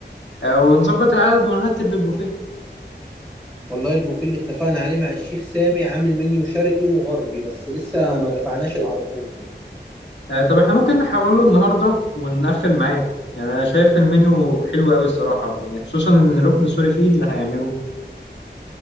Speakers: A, on the left; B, in the centre.
A: آه، ونظبط العدد ونرتب للبوفيه.
B: والله البوفيه اللي اتفقنا عليه مع الشيف سامي عامل منيو شرقي وغربي بس لسه ما دفعناش العربون
A: آه طب احنا ممكن نحوله النهارده ونقفل معاه يعني انا شايف المنيو حلو قوي الصراحه يعني خصوصا ان الركن السوري فيه اللي هيعمله